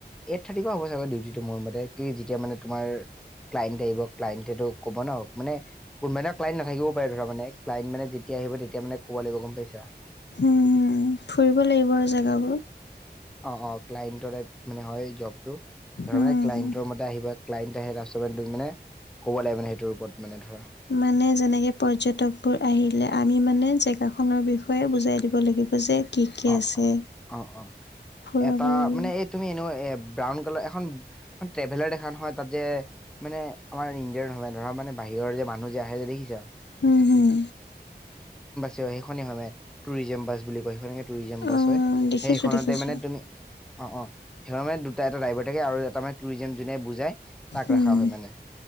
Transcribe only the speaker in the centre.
এইট থাৰ্টিৰ পৰা হ'ব চাগে ডিউটিটো মোৰ মতে কি যেতিয়া মানে তোমাৰ ক্লাইণ্ট আহিব ক্লাইণ্টেতেত' ক'ব ন' মানে কোনোবা এদিনা ক্লাইণ্ট নথাকিবও পাৰে ধৰা মানে ক্লাইন্ট মানে যে যেতিয়া আহিব তেতিয়া মানে ক'ব লাগিব, গ'ম পাইছা?
অঁ অঁ ক্লাইণ্টৰে মানে হয় জবটো, ধৰা
মানে ক্লাইন্টৰ মতে আহিব ক্লাইন্ট আহে তাৰপাছৰ পা হে ক'ব লাগে মানে সেইটোৰ ওপৰত ধৰা
অঁ
অঁ অঁ অঁ
এটা
মানে এই তুমি এনেকা এপ ব্ৰাউন কালাৰ এখন, এখন ট্ৰেভেলাৰ দেখা নহয় তাত যে, মানে আমাৰ ইণ্ডিয়ান হয় ধৰা মানে বাহিৰ হৰ যে মানুহ যে আহে যে দেখিছা?
সেইখনে হয় মে, টুৰিজম বাছ বুলি কয়, সেইখনে টুৰিজম বাছ
হয়,
সেইখনতে
মানে তুমি অঁ অঁ সেইবা মানে দুটা এটা ড্ৰাইভাৰ থাকে, আৰু এটা মানে টুৰিজিম যোনে বুজাই তাক
ৰাখা হয় মানে।